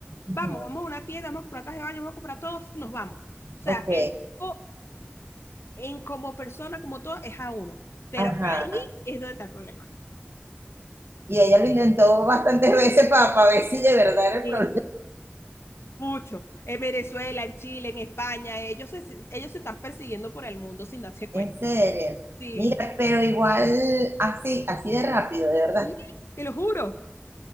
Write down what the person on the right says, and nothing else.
ujú.
Ok.
Ajá.
Y ella lo intentó bastantes veces para, para ver si de verdad era el
problema.
<laughs>
En serio.
Mira, pero igual así, así de rápido, de verdad.